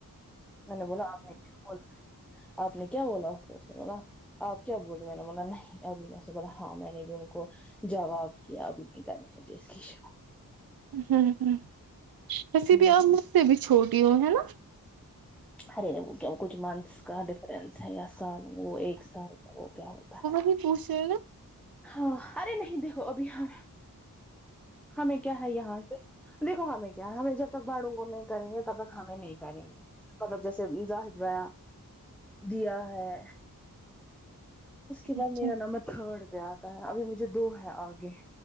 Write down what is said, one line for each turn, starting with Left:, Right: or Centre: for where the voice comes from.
Centre: میں نے بولا آپ نے کیا ب آپ نے کیا بولا اس کو بولا آپ کیا بول میں نے بولا نہیں ابھی نے سے بولا ہاں میں نے بھی ان کو جواب کیا آب بھی نہیں کانے مجھے اس کی ش
Right: ہمم ہمم ویسے
Centre: ہوں
Right: بھی اپ مجھ سے بھی چھوٹی ہوں ہے نا
Centre: ارے وہ کیا کچھ منتھس کا ڈفرنس ہے یا سال وہ ایک سال وہ کیا ہوتا ہے
Right: پشا
Centre: ہاں ارے نہیں دیکھو ابھی ہم ہمیں کیا ہے یہاں سے دیکھو ہمیں کیا ہے ہمیں جب تک باڑوں کو نہیں کریں گے کبک ہمیں نہیں کریں گے ملب جیسے زاہد بیا دیا ہے اس کے بعد
Right: اچھا
Centre: میرا نمبر تھرڈ پہ آتا ہے ابھی مجھے دو ہے آگے